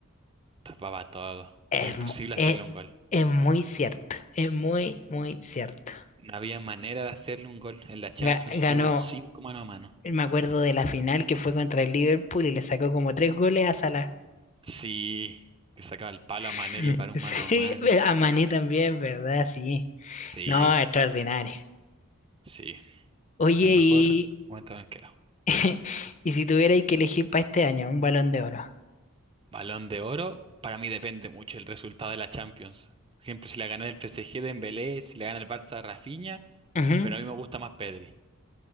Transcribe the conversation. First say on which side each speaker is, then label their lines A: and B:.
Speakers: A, on the right; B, on the left.
A: Tapaba todo.
B: es,
A: Era imposible
B: mu- es,
A: hacerle un gol.
B: es muy cierto. Es muy, muy cierto.
A: No había manera de hacerle un gol. En la Champions
B: Ga- ganó,
A: tuvo cinco mano a mano.
B: me acuerdo de la final que fue contra el Liverpool y le sacó como tres goles a Salah.
A: Sí, que sacaba el palo a
B: <laughs>
A: Mané, le paró un mano a
B: Sí,
A: mano.
B: a Mané también, ¿verdad? Sí.
A: Sí,
B: No, extraordinario.
A: sí.
B: Oye,
A: El mejor
B: y,
A: momento del arquero.
B: <laughs> y si tuvierais que elegir para este año un balón de oro.
A: Balón de oro, para mí depende mucho el resultado de la Champions. Por ejemplo, si la gana el PSG de Dembélé, si la gana el Barça Rafinha,
B: Ujú.
A: pero a mí me gusta más Pedri.